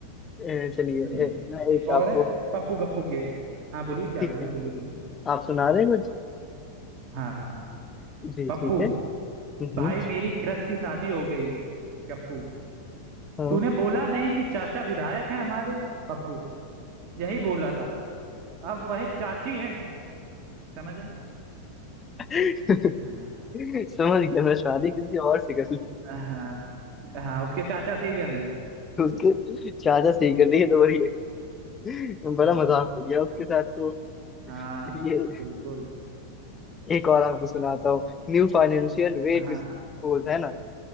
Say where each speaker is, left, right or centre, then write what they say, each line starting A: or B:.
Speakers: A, on the left; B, on the right.
A: ए, चलिए
B: सुनिए
A: ए, मैं एक
B: एक और
A: आपको
B: है पप्पू गप्पू के हाँ बोलिए क्या
A: ठीक
B: बोलिए
A: है
B: बोलिए बोलिए
A: आप सुना रहे हैं कुछ
B: हाँ हाँ हाँ।
A: जी
B: पप्पू
A: ठीक है हम्म
B: भाई मेरी क्रश की शादी हो गई है गप्पू
A: हाँ
B: तूने बोला नहीं कि चाचा विधायक हैं हमारे पप्पू यही बोला था अब वह चाची है मेरी समझ रहे हैं?
A: <laughs>
B: हाँ
A: समझ गया मैं शादी किसी और से कर ली
B: हाँ हाँ उसके चाचा से ही कर ली
A: उसके चाचा से ही कर ली है तो वही है। बड़ा
B: हाँ
A: मजाक हो गया उसके साथ तो
B: हाँ
A: चलिए
B: बिल्कुल
A: एक और आपको सुनाता हूँ New financial way
B: हाँ
A: to suppose है ना